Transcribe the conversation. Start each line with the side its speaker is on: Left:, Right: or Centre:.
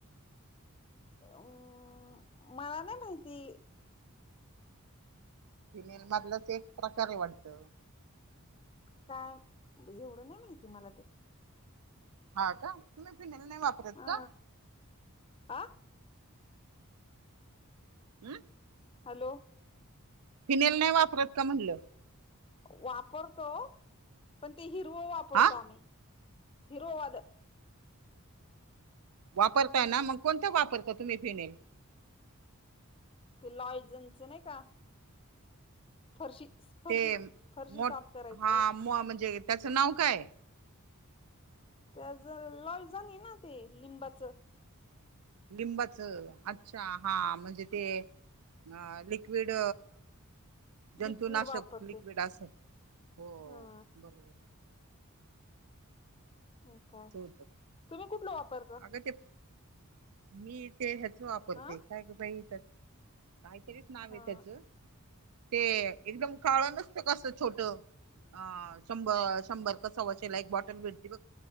Left: अम् मला नाही माहिती
Right: फिमिल मधलंच एक प्रकार वाटत
Left: काय एवढं नाही माहिती मला ते
Right: हा का तुम्ही फिनल नाही वापरत
Left: हा
Right: का
Left: हा
Right: हम्म
Left: हॅलो
Right: फिनेल नाही वापरत का म्हणलं
Left: वापरतो पण ते हिरव वापरतो
Right: हा
Left: आम्ही हिरोवाद
Right: वापरताय ना मग कोणतं वापरता तुम्ही फिनेल
Left: ते लॉयजनच नाही का फरशी फरशी
Right: ते
Left: फरशी
Right: मो
Left: साफ करायचं
Right: हा मु म्हणजे त्याचं नाव काय
Left: त्या ज लॉलजण आहे ना ते लिंबाचं
Right: लिंबाच अच्छा हा म्हणजे ते ह लिक्विड जंतुनाशक
Left: लिक्विड वापरते
Right: लिक्विड अस हो
Left: ह
Right: बरोबर
Left: हो काय
Right: ते होत
Left: तुम्ही कुठला वापरता
Right: अगं ते मी ते ह्याच वापरते
Left: हा
Right: काय का बाई काय बरीच नाव
Left: हा
Right: आहे त्याच ते एकदम काळ नसत कस छोट अ शंभर शंभर कसवाशेला एक बॉटल भटते बघ